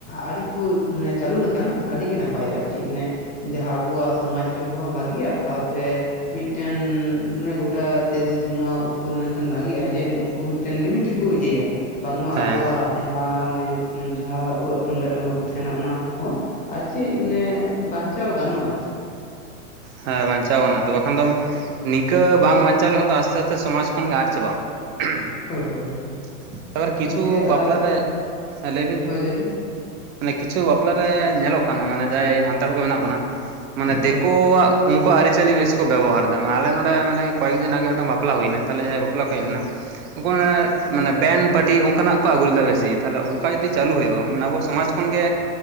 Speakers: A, on the left (about 20°); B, on the right (about 65°).
A: ᱟᱲᱤ ᱠᱩ ᱢᱟᱱᱮ ᱪᱟᱞᱩ ᱞᱮᱠᱷᱟᱱ ᱾ ᱟᱹᱰᱤ ᱜᱮ ᱱᱟᱯᱟᱭᱚᱜᱼᱟ ᱪᱮᱜ ᱢᱟᱱᱮ ᱡᱟᱦᱟ ᱟᱵᱚᱣᱟᱜ ᱥᱚᱢᱟᱡᱽ ᱨᱮᱦᱚᱸ ᱵᱷᱟᱜᱤᱜᱼᱟ ᱥᱟᱶᱛᱮ ᱢᱤᱫᱴᱮᱱ ᱢᱟᱱᱮ ᱜᱚᱴᱟ <unintelligible> ᱱᱚᱣᱟ ᱩᱪᱷᱟᱹᱱ ᱞᱮᱱᱠᱷᱟᱡ ᱵᱷᱟᱜᱤᱜᱼᱟ ᱡᱮ ᱩᱱᱠᱩ ᱦᱚᱸ ᱢᱤᱫᱴᱮᱱ ᱞᱤᱢᱤᱴ ᱨᱮᱠᱚ ᱤᱡᱮᱭᱟ ᱵᱟᱝ ᱢᱟ
B: ᱦᱮᱸ
A: ᱟᱵᱚᱣᱟᱜ ᱾ ᱡᱟᱦᱟᱸ ᱢᱟᱱᱮ ᱡᱟᱦᱟᱸ ᱩᱣᱟᱜ ᱛᱩᱢᱫᱟᱜ ᱨᱮᱢᱟ ᱠᱚ ᱛᱟᱦᱮᱱᱟ ᱚᱱᱟ ᱠᱚᱦᱚᱸ᱾ ᱟᱨ ᱪᱮᱜ ᱢᱟᱱᱮ ᱵᱟᱧᱪᱟᱣ ᱜᱟᱱᱚᱜᱼᱟ ᱟᱨ ᱪᱮᱜ᱾
B: ᱦᱮᱸ ᱵᱟᱧᱪᱟᱣ ᱜᱟᱱᱚᱜᱼᱟ ᱛᱚ ᱵᱟᱠᱷᱟᱱ ᱫᱚ ᱱᱤᱝᱠᱟᱹ ᱵᱟᱝ ᱵᱟᱧᱪᱟᱣ ᱞᱮᱠᱷᱟᱱ ᱫᱚ ᱟᱥᱛᱮ - ᱟᱥᱛᱮ ᱥᱚᱢᱟᱡᱽ ᱠᱷᱚᱱ ᱜᱮ ᱟᱫ ᱪᱟᱵᱟᱜᱼᱟ
A: ᱦᱳᱭ ᱦᱳᱭ
B: ᱾
A: ᱦᱳᱭ
B: ᱟᱵᱟᱨ ᱠᱤᱪᱷᱩ
A: ᱜᱚᱝᱠᱮ ᱟᱨ
B: ᱵᱟᱯᱞᱟ ᱨᱮᱜ ᱞᱟᱹᱭ ᱵᱤᱱ
A: ᱦᱳᱭ
B: ᱾
A: ᱵᱮᱱ
B: ᱢᱟᱱᱮ ᱠᱤᱪᱷᱩ ᱵᱟᱯᱞᱟᱨᱮ ᱧᱮᱞᱚᱜ ᱠᱟᱱᱟ ᱢᱟᱱᱮ ᱡᱟᱦᱟᱸᱭ ᱥᱟᱱᱛᱟᱲ ᱠᱚ ᱢᱮᱱᱟᱜ ᱵᱚᱱᱟ ᱢᱟᱱᱮ ᱫᱮᱠᱩᱣᱟᱜ
A: ᱦᱳᱭ
B: ᱾ ᱩᱱᱠᱩᱣᱟᱜ ᱟᱹᱨᱤ - ᱪᱟᱹᱞᱤ ᱵᱤᱥᱤ ᱠᱚ ᱵᱮᱵᱚᱦᱟᱨ ᱫᱟ ᱢᱟᱱᱮ ᱟᱞᱮ ᱱᱚᱰᱮ ᱢᱟᱱᱮ ᱠᱚᱭᱮᱠ ᱫᱤᱱ ᱟᱜᱮ ᱢᱤᱫᱴᱟᱝ ᱵᱟᱯᱞᱟ ᱦᱩᱭᱱᱟ ᱾ ᱛᱟᱦᱞᱮ ᱡᱟᱦᱟᱸᱭ ᱵᱟᱯᱞᱟ ᱠᱚ ᱦᱮᱡ ᱞᱮᱱᱟ? ᱩᱱᱠᱩ ᱚᱱᱮ ᱢᱟᱱᱮ ᱵᱮᱱ ᱯᱟᱴᱤ ᱚᱝᱠᱟ ᱱᱟᱜ ᱠᱚ ᱟᱜᱩ ᱞᱮᱫᱟ ᱵᱮᱥᱤ ᱛᱟᱦᱞᱮ ᱚᱝᱠᱟ ᱡᱩᱫᱤ ᱪᱟᱞᱩ ᱦᱩᱭᱩᱜᱼᱟ ᱢᱟᱱᱮ ᱟᱵᱚ ᱥᱚᱢᱟᱡᱽ ᱠᱷᱚᱱ ᱜᱮ